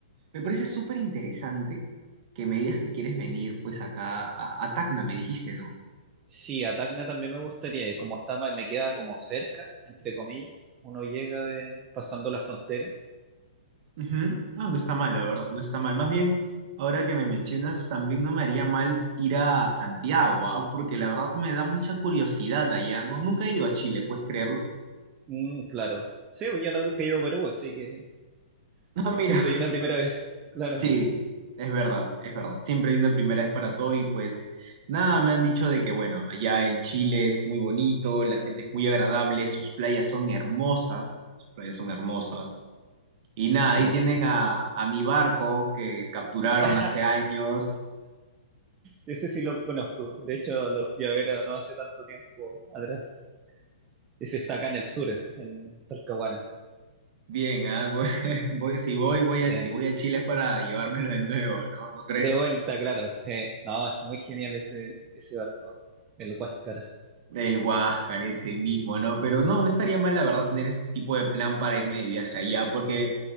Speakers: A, on the right (about 50°); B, on the right (about 25°).
A: me parece súper interesante que me digas que quieres venir, pues, acá a, a Tacna, me dijiste, ¿no?
B: Sí, a Tacna también me gustaría ir, como está, ma- me queda como cerca, entre comillas, uno llega de pasando la frontera.
A: Ujú. Ah, no está mal, la verdad, no está mal. Más bien, ahora que me mencionas, también no me haría mal ir a Santiago, ¿ah? Porque la verdad me da mucha curiosidad allá. No, nunca he ido a Chile, ¿puedes creerlo?
B: Mm, claro. Sí, yo no he ido a Perú, así que
A: <laughs> Ah, mira,
B: siempre hay una primera vez, claro.
A: sí, es verdad, es verdad. Siempre hay una primera vez para todo y pues nada, me han dicho de que bueno, allá en Chile es muy bonito, la gente es muy agradable, sus playas son hermosas, sus playas son hermosas. Y nada,
B: Sí,
A: ahí tienen
B: sí.
A: a, a mi barco que capturaron
B: <laughs>
A: hace años.
B: Ese sí lo conozco. De hecho, lo fui a ver no hace tanto tiempo atrás. Ese está acá en el sur, en Talcahuana.
A: Bien, ah, voy- <laughs> voy- si voy, voy
B: Sí.
A: a, si voy a Chile es para llevármelo de nuevo, ¿no? ¿No crees?
B: De vuelta, claro, sí. No, es muy genial ese, ese barco, el Huáscar.
A: El Huáscar, ese mismo, ¿no? Pero no, no estaría mal, la verdad, tener este tipo de plan para irme de viaje allá, porque,